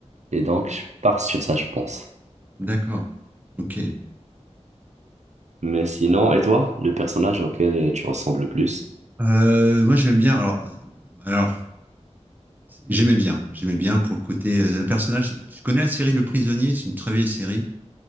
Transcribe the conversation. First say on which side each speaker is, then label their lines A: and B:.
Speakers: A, on the right (about 75°); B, on the right (about 15°).
A: Et donc, je pars sur ça, je pense.
B: d'accord. Ok.
A: Mais sinon, et toi, le personnage auquel euh, tu ressembles le plus?
B: Euh, moi, j'aimais bien. Alors, alors, j'aimais bien. J'aimais bien pour le côté euh, personnage. Tu connais la série Le Prisonnier? C'est une très vieille série.